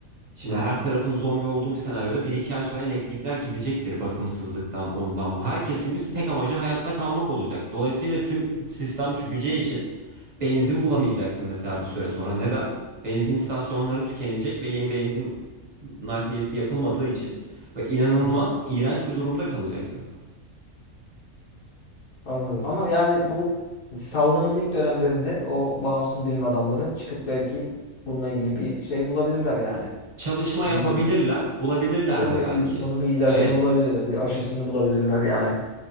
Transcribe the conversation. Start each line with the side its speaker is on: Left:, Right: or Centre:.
Right: Şimdi
Left: Hı hı.
Right: her tarafın zombi olduğu bir senaryoda bir iki ay sonra elektrikler gidecektir bakımsızlıktan ondan bu. Herkes çünkü tek amacı hayatta kalmak olacak. Dolayısıyla tüm sistem çökeceği için benzin
Left: Hı
Right: bulamayacaksın
Left: hı.
Right: mesela bir süre sonra. Neden? Benzin istasyonları tükenecek ve yeni benzin nakliyesi yapılmadığı için ve inanılmaz
Left: Hı hı.
Right: iğrenç bir durumda kalacaksın.
Left: Anladım. Ama yani bu salgının ilk dönemlerinde o bağımsız bilim adamları çıkıp belki bununla ilgili bir şey bulabilirler yani.
Right: Çalışma
Left: Bunun
Right: yapabilirler,
Left: bir,
Right: bulabilirler
Left: bunun
Right: de
Left: bir,
Right: belki.
Left: il- bunun bir ilacını
Right: Evet,
Left: bulabilirler. Bir aşısını bulabilirler yani.